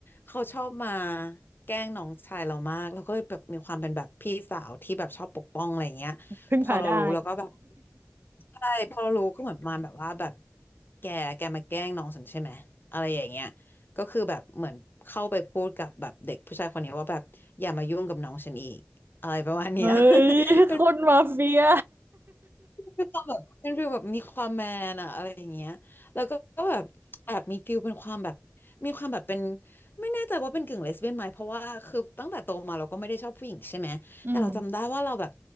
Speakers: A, on the left; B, on the right.
A: เขาชอบมาแกล้งน้องชายเรามากแล้วก็เลยแบบมีความเป็นแบบพี่สาวที่แบบชอบปกป้องอะไรเงี้ยพอเรารู้เราก็แบบ
B: พึ่งพาได้
A: ใช่พอเรารู้ก็เหมือนประมาณแบบว่าแบบแกแกมาแกล้งน้องฉันใช่ไหมอะไรอย่างเงี้ยก็คือแบบเหมือนเข้าไปพูดกับแบบเด็กผู้ชายคนนี้ว่าแบบอย่ามายุ่งกับน้องฉันอีกอะไรประมาณเนี้ย
B: เฮ้ย
A: <laughs> เป็น
B: คนมาเฟีย
A: เป็นความแบบเป็นฟีลแบบมีความแมนอะอะไรอย่างเงี้ยแล้วก็ก็แบบแอบมีฟีลเป็นความแบบมีความแบบเป็นไม่แน่ใจว่าเป็นกึ่งเลสเบี้ยนไหมเพราะว่าคือตั้งแต่โตมาเราก็ไม่ได้ชอบผู้หญิงใช่ไหมแต่เราจำได้ว่าเราแบบ
B: อืม